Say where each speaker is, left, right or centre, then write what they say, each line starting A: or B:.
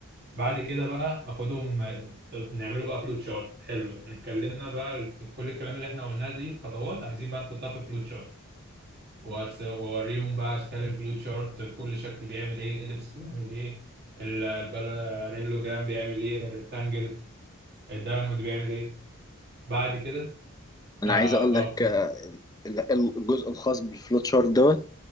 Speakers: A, on the right; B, on the left.
A: بعد كده بقى اخدهم طب نعمله بقى فلوت شارت حلو احنا اتكلمنا بقى كل الكلام اللي احنا قلناه دي الخطوات عايزين بقى نحطها في فلوت شارت وأرس- واوريهم بقى اشكال الفلو تشارت كل شكل بيعمل ايه الاليبس بيعمل ايه ال- الباراليلو جرام بيعمل ايه الريكتانجل الدايموند بيعمل ايه بعد كده
B: انا
A: اه
B: عايز اقول
A: اه
B: لك آه، ال- ال- الجزء الخاص بالفلوت شارت دوت